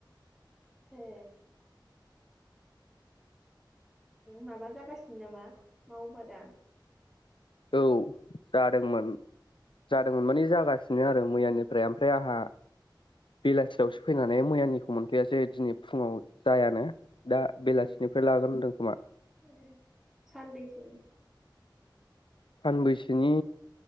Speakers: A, in the centre; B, on the left.
A: ए माबा जागासिनो नामा मावबा दा
B: औ जादोंमोन जादोंमोन माने जागासिनो आरो मैयानिफ्राय ओमफ्राय आंहा बेलासियावसो फैनानै मैयानिखौ मोनफैया दिनै फुङाव जायानो दा बेलासिनिफ्राय
A: दे
B: लागोन होनदों खोमा
A: दे सानबेसेनि
B: सानबैसोनि